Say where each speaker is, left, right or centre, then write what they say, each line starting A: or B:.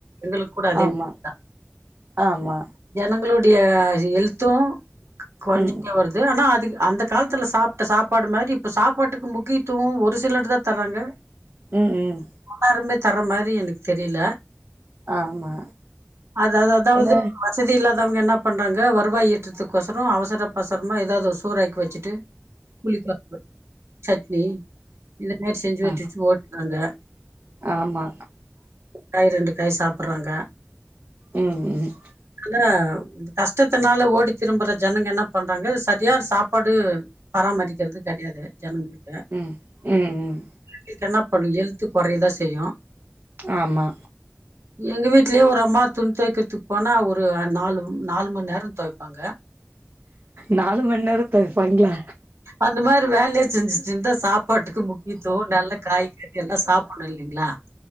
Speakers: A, on the right; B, on the right.
A: எங்களுக் கூட அதே
B: ஆமா
A: தா
B: ஆமா
A: ஜனங்களுடைய ஹெல்து கொறஞ்சுகுனே
B: ம்
A: வருது ஆனா அதுக் அந்த கால்த்துல சாப்ட்ட சாப்பாடு மாரி இப்ப சாப்பாட்டுக்கு முக்கியத்துவோ ஒரு சிலர் தா தர்றாங்க
B: ம் ம்
A: எல்லாருமே தர மாரி எனக்கு தெரில
B: ஆமா
A: அதாது அதாவது
B: என்ன
A: மஸ்ட் வசதி இல்லாதவங்க என்ன பண்றாங்க வருவாய் ஈற்றத்துக்கோசரோ அவசரப்பசரமா எதாவ்து ஒர் சோர் ராக் வெச்சிட்டு
B: ஆ <inaudible>
A: புளிக்கா <unintelligible> சட்னி இந்த மார் செஞ்சு வெச்சிட்டு
B: ஆ
A: ஓட்றாங்க
B: ஆமா
A: காய் ரெண்டு காய் சாப்பற்றாங்க
B: ம் ம்
A: ஆ இந்த கஷ்டத்தனால ஓடி திரும்புற ஜனங்க என்ன பண்றாங்க சரியா சாப்பாடு பராமரிக்கறது கெடயாது ஜனங்களுக்
B: ம் ம் ம்
A: இதுக்கென்னா பண்ணு ஹெல்த்து கொறையதா செய்யு
B: ஆமா
A: எங்க வீட்லே ஒரு அம்மா துண் தோய்க்கற்துக் போனா ஒரு நாலு நாலு மண் நேரந்தோய்ப்பா அங்க
B: நாலு மண்நேர தோய்ப்பாங்ளா
A: அந்த மாரி வேலயே செஞ்சுட்ருந்தா சாப்பாட்டுக்கு முக்கியத்துவோ நல்லக் காய்கறி எல்லா சாப்பணு இல்லிங்ளா